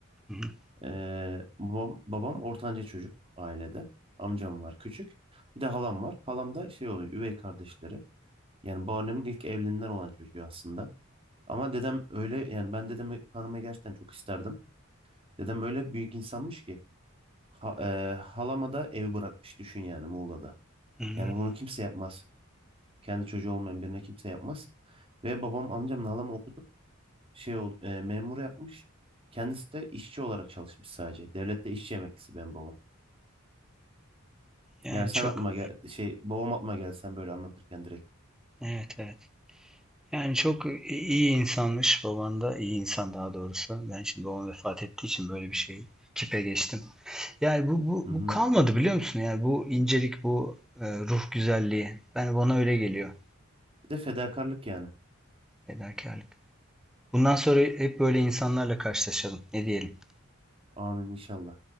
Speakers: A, in the centre; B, on the right.
A: Hı hı.
B: Ee, babam, babam ortanca çocuk ailede. Amcam var küçük. Bir de halam var. Halam da şey oluyor üvey kardeşleri. Yani babaannemin ilk evliliğinden olan çocuğu aslında. Ama dedem öyle yani ben dedemi tanımayı gerçekten çok isterdim. Dedem öyle büyük insanmış ki ha, e, halama da ev bırakmış düşün yani Muğla'da.
A: Hmm,
B: Yani bunu kimse yapmaz. Kendi çocuğu olmayan birine kimse yapmaz. Ve babam amcamla halamı okutup şey ol, e, memur yapmış. Kendisi de işçi olarak çalışmış sadece. Devlette işçi emeklisi benim babam.
A: Yani
B: Yani sen
A: çok
B: aklıma gel şey babam aklıma geldi sen böyle anlatırken direkt.
A: evet evet. Yani çok iyi insanmış baban da iyi insan daha doğrusu. Ben şimdi babam vefat ettiği için böyle bir şey kipe geçtim. Yani bu, bu,
B: Hı
A: bu
B: hı.
A: kalmadı biliyor musun? Yani bu incelik, bu e, ruh güzelliği. Ben bana öyle geliyor.
B: Bir de fedakarlık yani.
A: Fedakarlık. Bundan sonra hep böyle insanlarla karşılaşalım. Ne diyelim?
B: Amin inşallah.